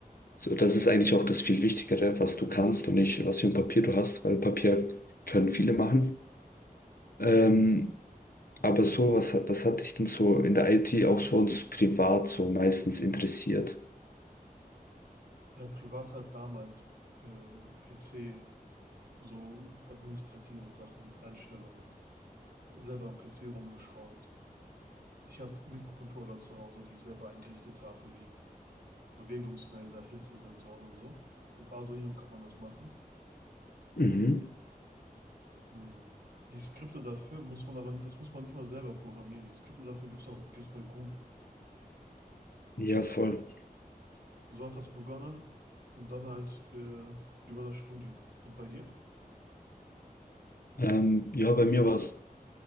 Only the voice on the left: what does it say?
So, das ist eigentlich auch das viel Wichtigere, was du kannst und nicht, was für ein Papier du hast, weil Papier können viele machen. Ähm,
aber so, was, hat- was hat dich denn so in der IT auch sonst privat so meistens interessiert?
Mhm.
Ja, voll.
Ähm, ja, bei mir war es